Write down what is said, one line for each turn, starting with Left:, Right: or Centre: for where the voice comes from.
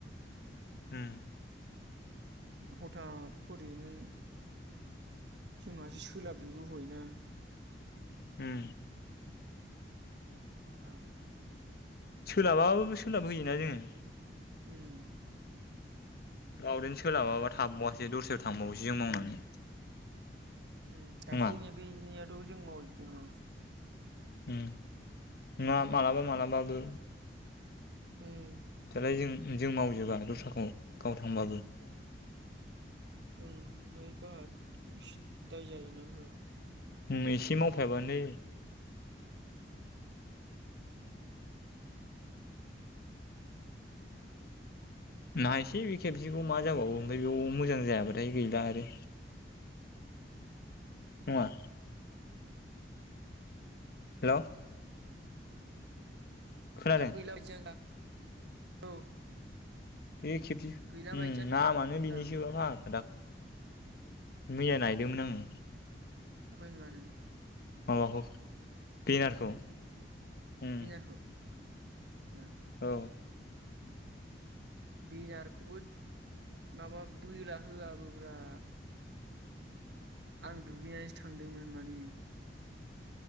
Left: उम
Right: हथात खरि नो जोंहासो सोलाबजोबो हयना।
Left: उम
Right: <unintelligible>
Left: सोलाबाबो सोलाब होयोना जोङो।
Right: उम।
Left: गावदेन सोलाबाबा थाबबावासै दस्रायाव थांबावनोसै जों मावनानै।
Right: उम दाखलिनि
Left: नङा
Right: बेनिया खौबो जों मावजोबदोंना।
Left: उम नङा मालाबा मालाबाबो।
Right: उम
Left: ओमफ्राय जों-जों मावजोबा दस्राखौ गाव थांबाबो।
Right: ओं ओमफ्राय गावहा सिद दाय जायोना होमबाबो।
Left: उम एसे मावफायाबानो नायसै बे खेबसेखौ मा जाबावो ओमफ्राय बेयाव मोजां जायाबाथाय गैला आरो नङा हेल'। खोनादों
Right: दाथ गैला <unintelligible> औ।
Left: बे खेबसे
Right: गैला बायदियानोखा
Left: नामानो
Right: होनदां
Left: बिनिसोबा फाग्ला दा मैया नायदोंमोन आङो।
Right: अबावहाय नुआ नों?
Left: माबाखौ बेनारखौ? उम
Right: बिनारखौ? उम
Left: औ
Right: बिनारखौबो माबा बोला होआबोब्रा आं दुगैनायसो थांदोंमोन माने।